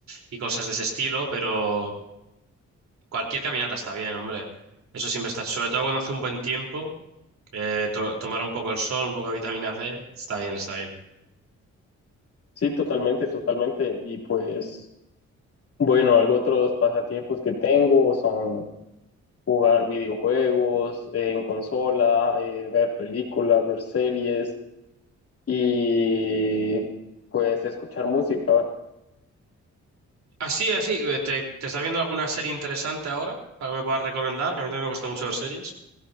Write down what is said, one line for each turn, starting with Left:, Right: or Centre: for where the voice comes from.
Right: y cosas de ese estilo, pero... Cualquier caminata está bien, hombre. Eso siempre está. Sobre todo cuando hace un buen tiempo, eh, to- tomar un poco el sol, un poco de vitamina C, está bien, está bien.
Left: Sí, totalmente, totalmente. Y pues, bueno, algo otros pasatiempos que tengo son jugar videojuegos eh, en consola, eh, ver películas, ver series y pues escuchar música.
Right: Así, así, eh, ¿te, te estás viendo alguna serie interesante ahora para que me puedas recomendar? Que a mí también me gusta mucho ver series.